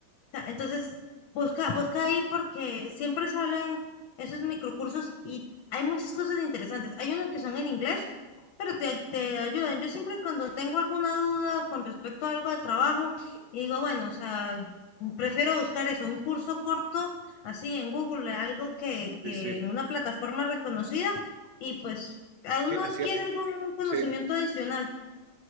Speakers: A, on the left; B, on the right.
A: Ta- Entonces, busca, busca ahí porque siempre salen esos microcursos y hay muchas cosas interesantes. Hay unos que son en inglés, pero te, te ayudan. Yo siempre cuando tengo alguna duda con respecto a algo de trabajo, y digo, bueno, o sea, prefiero buscar eso, un curso corto así en Google, algo que, que
B: sí, sí.
A: en una plataforma reconocida y pues a uno
B: Sí, es
A: adquiere
B: cierto,
A: algún conocimiento
B: sí.
A: adicional.